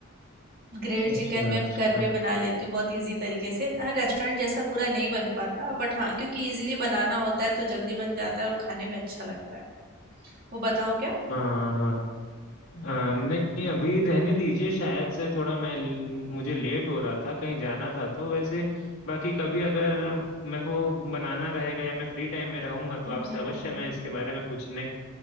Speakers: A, on the right (about 45°); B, on the left (about 65°).
A: ग्रिल्ड
B: अच्छा
A: चिकन मैं
B: अच्छा
A: घर पे बना लेती हूँ बहुत इजी तरीके से हाँ रेस्टोरेंट जैसा पूरा नहीं बन पाता बट हाँ क्योंकि इजीली बनाना होता है तो जल्दी बन जाता है और खाने में अच्छा लगता है वो बताऊँ क्या
B: हाँ हाँ आ, नहीं अभी रहने दीजिए शायद से थोड़ा मैं मुझे लेट हो रहा था कहीं जाना था तो वैसे बाकी कभी अगर मेरे को बनाना रहेगा या मैं फ्री टाइम में रहूंगा तो
A: हम्म
B: आपसे
A: हम्म
B: अवश्य
A: हम्म
B: मैं इसके बारे में पूछने